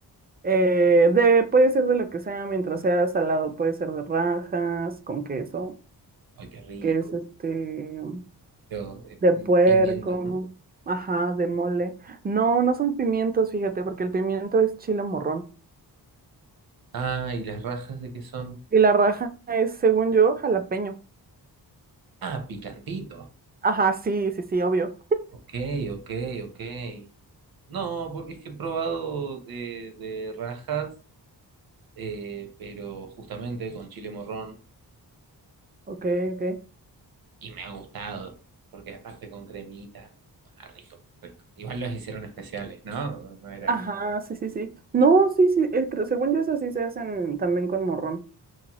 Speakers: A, on the right (about 25°); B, on the right (about 60°).
A: Eh, de, puede ser de lo que sea, mientras sea salado, puede ser de rajas, con queso,
B: Ay, qué rico.
A: que es este,
B: Yo, eh,
A: de
B: mm,
A: puerco,
B: pimientos, ¿no?
A: ajá, de mole. No, no son pimientos, fíjate, porque el pimiento es chile morrón.
B: Ah, ¿y las rajas de qué son?
A: Y la raja es, según yo, jalapeño.
B: Ah, picantito.
A: Ajá, sí, sí, sí, obvio.
B: Ok, ok, ok. No, porque es que he probado de, de rajas, eh, pero justamente con chile morrón
A: Ok, ok.
B: y me ha gustado, porque aparte con cremita, ah, rico, rico. Igual los hicieron especiales, ¿no? No no era
A: Ajá,
B: como,
A: sí, sí, sí. No, sí, sí, eh, creo- según yo esas sí se hacen también con morrón,